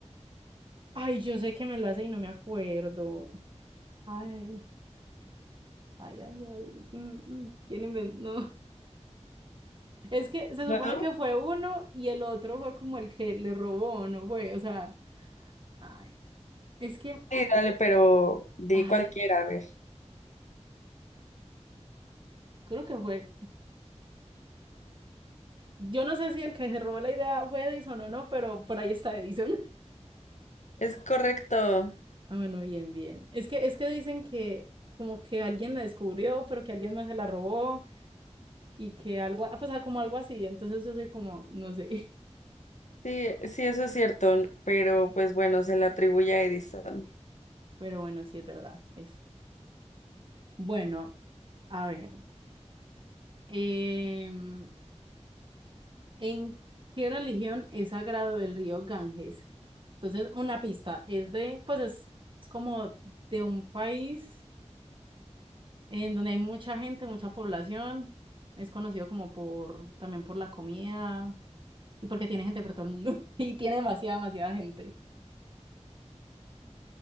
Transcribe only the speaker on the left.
¿No?
Sí, dale, pero di
cualquiera, a ver.
Es correcto.
Sí, sí, eso es cierto, pero pues bueno, se le atribuye a Edison.